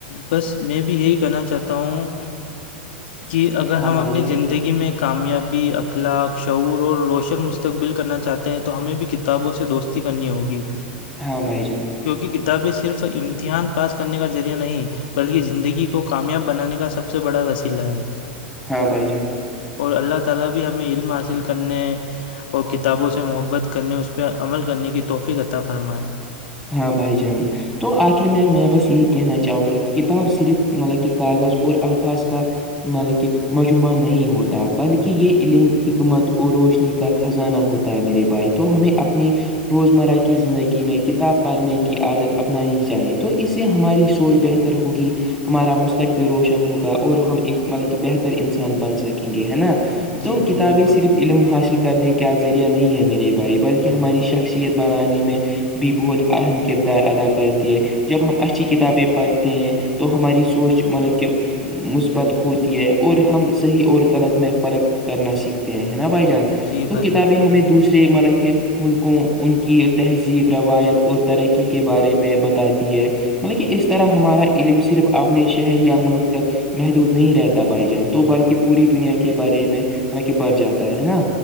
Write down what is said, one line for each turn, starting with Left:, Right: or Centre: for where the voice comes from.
Left: بس میں بھی یہی کہنا چاہتا ہوں
Centre: <unintelligible>
Left: کہ اگر
Centre: ہاں
Left: ہم اپنی
Centre: بھائی جان
Left: زندگی میں کامیابی اخلاق شعور اور روشن مستقبل کرنا چاہتے ہیں تو ہمیں بھی کتابوں سے دوست کرنی ہوگی
Centre: ہاں بھائی جان
Left: کیونکہ کتابیں صرف امتحان پاس کرنے کا ذریعہ نہیں بلکہ زندگی کو کامیاب بنانے کا سب سے بڑا وسیلہ ہے
Centre: ہاں بائی جان
Left: اور اللہ تعالی بھی ہمیں علم حاصل کرنے اور کتابوں سے محبت کرنے اس پہ عمل کرنے کی توحفی کطا فرمائیں
Centre: ہاں بھائی جان تو آخر میں میں بس یہی کہنا چاہوں گا کہ کتاب صرف مطلب کہ کاغذ اور الفاظ کا مطلب کہ مجمعہ نہیں ہوتا بلکہ یہ علم حکمت اور روشنی کا خزانہ ہوتا ہے میرے بھائی تو ہمیں اپنی روزمرہ کی زندگی میں کتنی ت پڑھنے کی عادت اپنانی چاہیے تو اس سے ہماری سوچ بہتر ہوگی ہمارا مستقبل روشن ہوگا اور ہم ایک مطلب کہ بہتر انسان بن سکیں گے ہے نا تو
Left: جی
Centre: کتابیں
Left: بالکل
Centre: صرف علم حاصل کرنے کا ذریعہ نہیں ہے میرے بھائی بلکہ کہ ہماری شخصیت بنانے میں بھی بہت اہم کردار ادا کرتی ہے جب ہم اچھی کتابیں پڑھتے ہیں تو ہماری سوچ مطلب کہ مثبت ہوتی ہے اور ہم صحیح اور غلط میں فرق کرنا سیکھتے ہیں نا بھائی جان
Left: جی
Centre: تو
Left: بھائی
Centre: کتابیں ہمیں دوسرے ملک کے ملکوں ان کی تہذیب روایت اور ترقی کے بارے میں بتاتی ہے مطلب کہ اس طرح
Left: جی
Centre: ہمارا علم صرف اپنے شہر یا ملک تک محدود نہیں رہتا بھائی جان تو بلکہ پوری دنیا کے بارے میں بطل کہ بر جاتا ہے نا